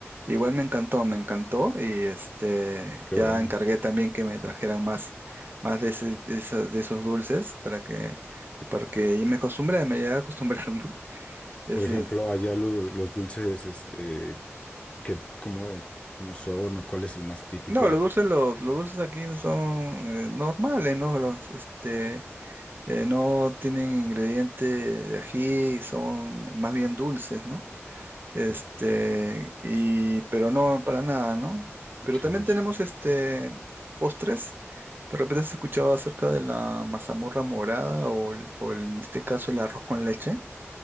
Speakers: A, on the right (about 45°); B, on the left (about 25°).
A: igual me encantó, me encantó. Y este,
B: qué
A: ya
B: bueno.
A: encargué también que me trajeran más, más de, ese- de esa- de esos dulces para que, porque y me acostumbré, me llegué a acostumbrar, <laughs> ¿no? Y
B: Por
A: así
B: ejemplo,
A: es.
B: allá lo- los dulces, este, que, ¿cómo, cómo son o cuál es el más típico
A: No,
B: de...
A: los dulces, los, los dulces aquí no son eh, normales, ¿no? Los, este eh, no tienen ingrediente de ají, son más bien dulces, ¿no? Este,
B: Ujú.
A: y, pero no para nada, ¿no? Pero
B: Sí,
A: también
B: sí, sí.
A: tenemos este postres. De repente has escuchado acerca de la mazamorra morada o, el- o en este caso el arroz con leche.